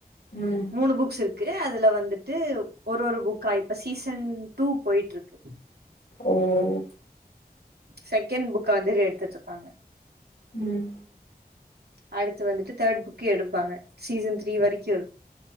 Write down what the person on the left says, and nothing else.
ம்
ஓ ஹோ
ம்